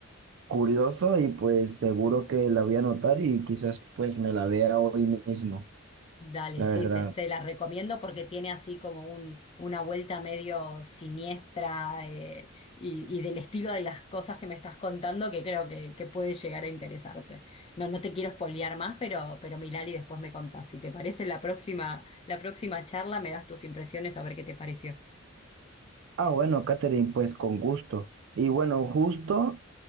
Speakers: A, on the right; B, on the left.
A: curioso y pues seguro que la voy a anotar y quizás pues me la vea hoy mismo,
B: Dale,
A: la
B: sí,
A: verdad.
B: te, te la recomiendo porque tiene así como un, una vuelta medio siniestra eh, y, y del estilo de las cosas que me estás contando que creo que, que puede llegar a interesarte. No, no te quiero espolear más, pero, pero Milali después me contás. Si te parece la próxima, la próxima charla, me das tus impresiones a ver qué te pareció.
A: Ah, bueno, Catherine, pues con gusto. Y bueno, justo